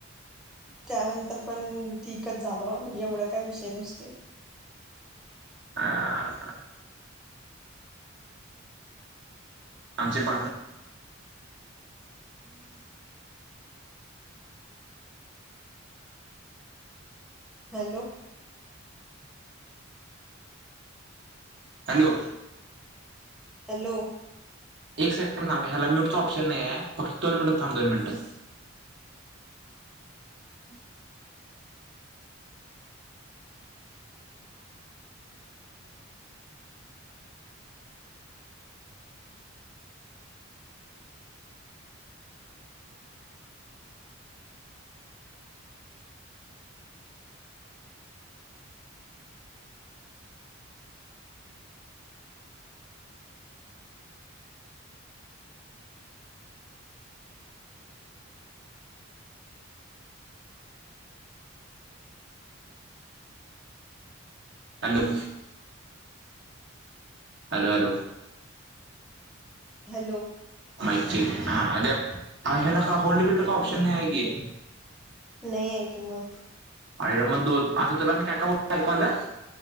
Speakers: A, in the centre; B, on the right.
A: त्यानंतर पण ठिकच झाल एवढे काय विषय नसतोय.
B: <unintelligible> <unintelligible> आमचे भांडणं
A: हॅलो.
B: हॅलो.
A: हॅलो.
B: एक सेकंड थांब ह्याला म्यूटचा ऑप्शन नाही आहे फक्त दोन मिनट थांब दोन मिनिटं. Hello. Hello hello.
A: Hello.
B: Mic check हा आल्या. अ ह्याला का होल्ड बिल्ड का
A: हा
B: ऑप्शन नाही आहे की.
A: नाही आहे की मग
B: आयला मग तो आता त्याला आण काय काय ऐकू आल.